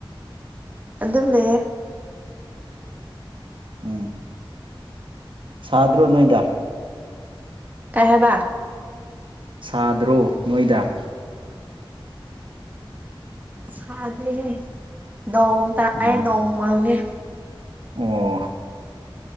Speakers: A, on the right; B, on the right.
A: ꯑꯗꯨꯝ ꯂꯩꯌꯦ
B: ꯎꯝ ꯁꯥꯗ꯭ꯔꯣ ꯅꯣꯏꯗ
A: ꯀꯩ ꯍꯥꯏꯕꯥ
B: ꯁꯥꯗ꯭ꯔꯣ ꯅꯣꯏꯗꯥ
A: ꯁꯥꯗꯦꯦ ꯅꯣꯡ ꯇꯥꯏ
B: ꯑꯣ
A: ꯅꯣꯡ ꯃꯪꯉꯦ
B: ꯑꯣ